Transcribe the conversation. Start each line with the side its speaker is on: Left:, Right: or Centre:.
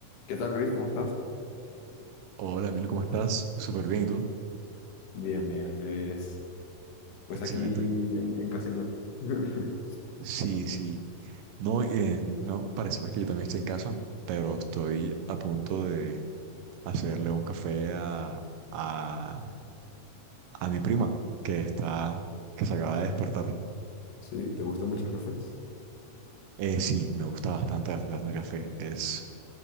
Left: ¿Qué tal, Luis? ¿Cómo estás?
Right: Hola, Emil, ¿cómo estás? Súper bien, ¿y tú?
Left: Bien, bien. es- pues
Right: Excelente.
Left: aquí en, en casita. <laughs>
Right: Sí, sí. No, eh, no, parece más que yo también estoy en casa, pero estoy a punto de hacerle un café a, a, a mi prima, que está, que se acaba de despertar.
Left: Sí, ¿te gusta mucho el café?
Right: Eh, sí, me gusta bastante, bastante, bastante el café. Es,